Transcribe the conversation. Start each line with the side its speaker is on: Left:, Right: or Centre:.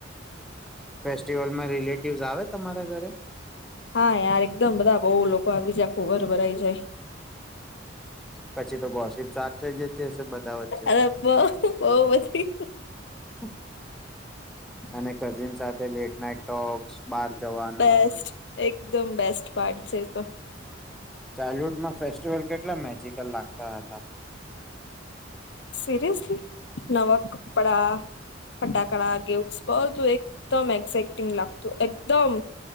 Centre: ફેસ્ટીવલમાં રિલેટિવ્સ આવે તમારા ઘરે
Left: હા યાર એકદમ બધા બઉુ લોકો આવી જ આઘું ઘર ભરાય જાઈ.
Centre: પછી તો ગોશિપ સ્ટાર્ટ થઈ જશે બધા વચ્ચે.
Left: અરે બઉ બઉ બધી
Centre: <inaudible> અને કઝિન સાથે લેટ નાઈટ ટોક્સ બાર જવાનું.
Left: બેસ્ટ એકદમ બેસ્ટ પાર્ટ છે તો.
Centre: ચાઇલ્ડહુડમાં ફેસ્ટિવલ કેટલા મેજિકલ લાગતા હતા.
Left: સિરિયસલી નવા કપડા ફટાકડા ગિફ્ટ્સ બધું એકદમ એક્સઇટિંગ લાગતું એકદમ